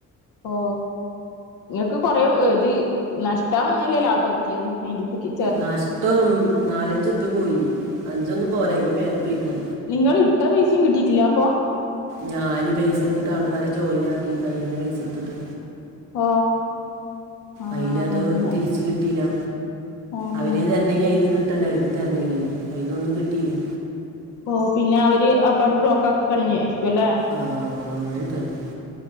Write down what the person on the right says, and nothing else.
നഷ്ടം നാലഞ്ച് ഉറുപ്പിയ പോയി അഞ്ചൊന്നും പോരാ അയിന്റെ മേലെ പോയിക്ക്
ഞാന് പൈസ എടുത്തിട്ട് ആൾക്കാരെ ജോയിൻ ആക്കി കയ്യിൽന്ന് പൈസ എടുത്തിട്ട്
അയിൽ അത്
തിരിച്ചു കിട്ടിയില്ലാ
അവര് തരണെങ്കി അയിന്ന് കിട്ടണ്ടെ അവർക്ക് തരണ ഉം അയിന്നൊന്നും കിട്ടിയി
ആഹ് അങ്ങനെ തന്നെ